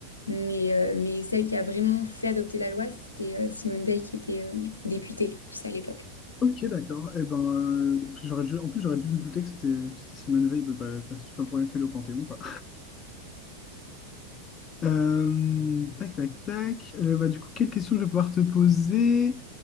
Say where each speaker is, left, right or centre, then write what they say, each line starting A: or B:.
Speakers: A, on the left; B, on the left.
A: Mais, euh, mais celle qui a vraiment fait adopter la loi, c'était euh, Simone Veil qui était euh, députée, tu sais, à l'époque.
B: Ok, d'accord. Eh ben, euh, j'aurais, dû- en plus, j'aurais dû me douter que c'était que c'était Simone Veil, bah, bah, c'est pas pour rien qu'elle est au Panthéon, quoi. Euh, tac, tac, tac. Euh, bah, du coup, quelle question je vais pouvoir te poser?